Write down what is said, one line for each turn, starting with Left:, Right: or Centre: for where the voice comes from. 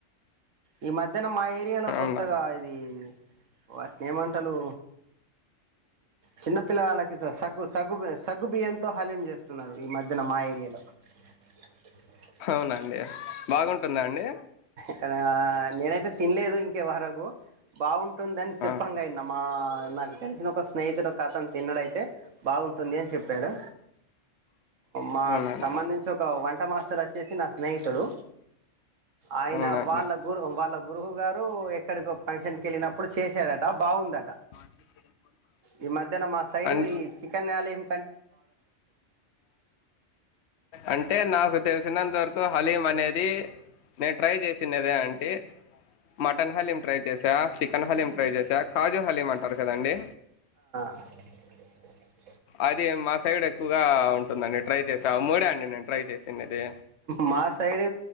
Right: ఈ మధ్యలో న్న మా ఏరియాలో కొత్తగా
Left: అవునా
Right: ఇది వాటిని ఏమంటారు చిన్న పిల్లవాళ్ళకి సగ్గు సగ్గు సగ్గుబియ్యంతో హలీం చేస్తున్నారు ఈ మధ్యన <unintelligible>
Left: అవునండి బాగుంటుందా అండి
Right: కా నేనైతే తినలేదు ఇంకెవరకు బాగుంట ఉంటుందని చెప్పంగా
Left: ఆ
Right: విన్న మా నాకు తెలిసిన ఒక స్నేహితుడు ఒక అతను తిన్నడైతే బాగుంటుంది అని చెప్పాడు మాకు
Left: అవునండి
Right: సంబంధించి ఒక వంట మాస్టర్ వచ్చేసి నా స్నేహితుడు ఆయన
Left: అవునండి
Right: వాళ్ళ గురు వాళ్ళ గురువు గారు ఎక్కడికో ఫంక్షన్కి వెళ్ళినప్పుడు చేశారట బాగుందట
Left: <unintelligible>
Right: ఈ మధ్యాన మా సైడ్
Left: అం
Right: ఈ చికెన్ హలీమ్
Left: అంటే నాకు తెలిసినంతవరకు హలీం అనేది నేను ట్రై చేసినా అనేది మటన్ హలీమ్ ట్రై చేసా చికెన్ హలీం ట్రై చేసా కాజు హలీం అంటారు కదండీ
Right: <unintelligible>
Left: అది మా సైడ్ ఎక్కువగా ఉంటుందండి ట్రై చేసా మూడే అండి నేను ట్రై చేసినది
Right: మా సైడ్